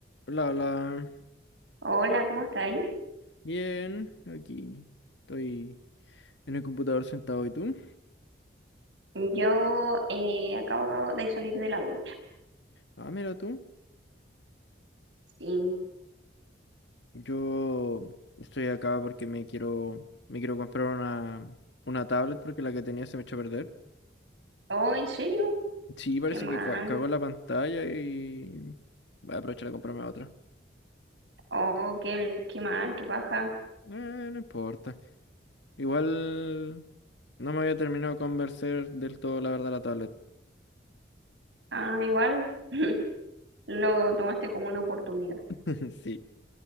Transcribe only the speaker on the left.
Hola, hola.
Bien, aquí estoy en el computador sentado. ¿Y tú?
Ah, mira tú.
Yo estoy acá porque me quiero, me quiero comprar una, una tablet porque la que tenía se me echó a perder.
Sí, parece
que ca- cagó la pantalla y voy a aprovechar a comprarme otra.
Eh, no importa. Igual no me había terminado de convencer del todo, la verdad, la tablet.
<laughs> Sí.